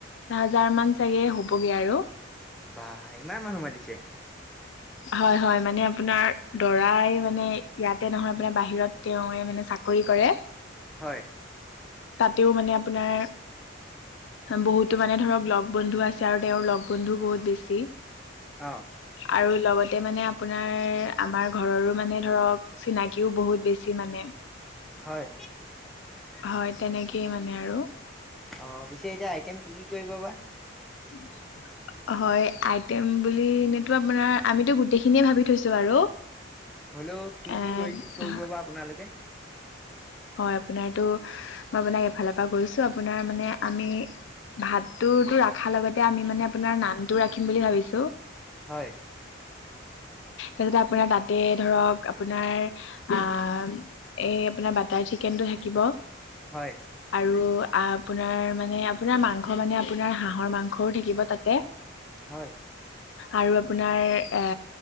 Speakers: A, on the left; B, in the centre.
A: হাজাৰ মান চাগে হ'বগে আৰু।
B: বাহ ইমান মানুহ মতিছে?
A: হয় হয় মানে আপোনাৰ দৰাই মানে ইয়াতে নহয় আপোনাৰ বাহিৰত তেওঁৱে মানে চাকৰি কৰে।
B: হয়।
A: তাতেও মানে আপোনাৰ বহুতো মানে ধৰক লগ বন্ধু আছে আৰু তেওঁৰ লগ বন্ধুও বহুত বেছি।
B: অঁ
A: আৰু লগতে মানে আপোনাৰ আমাৰ ঘৰৰো মানে ধৰক চিনাকিও বহুত বেছি মানে
B: হয়।
A: হয় তেনেকেই মানে আৰু।
B: অঁ পিছে এতিয়া আইটেম কি কি কৰিব বা?
A: <inaudible> হয় আইটেম বুলি এনেতো আপোনাৰ আমিতো গোটেইখিনিয়ে ভাবি থৈছো বাৰু।
B: হ'লেও কি
A: এ
B: কি কৰিছে
A: ধ-
B: কৰিব বা আপোনালোকে?
A: হয় আপোনাৰটো মই আপোনাক এফালৰ পৰা কৈছো আপোনাৰ মানে আমি ভাতটো ৰা খাৰ লগতে আমি মানে আপোনাৰ নানটো ৰাখিম বুলি ভাবিছো।
B: হয়।
A: তাৰপাছতে আপোনাৰ তাতে ধৰক আপোনাৰ আহ এই আপোনাৰ বাটাৰ চিকেনটো থাকিব।
B: হয়
A: আৰু আপোনাৰ মানে আপোনাৰ মাংস মানে আপোনাৰ হাঁহৰ মাংসও থাকিব তাতে।
B: হয়।
A: আৰু আপোনাৰ এ